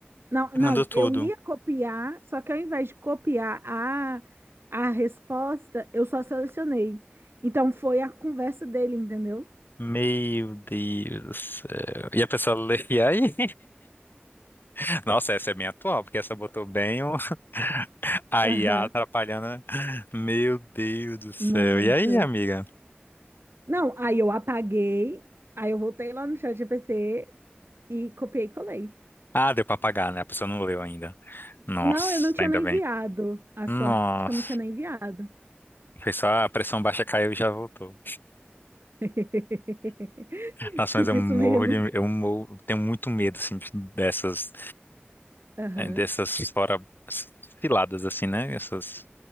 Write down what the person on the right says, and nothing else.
Não, não,
eu ia copiar, só que ao invés de copiar a, a resposta, eu só selecionei. Então foi a conversa dele, entendeu?
Aham,
muito.
Não, aí eu apaguei, aí eu voltei lá no chat GPT e copiei e colei.
Não, eu não tinha
nem
enviado. A
sorte que eu não tinha nem enviado.
<laughs>
Tipo
isso mesmo.
Aham,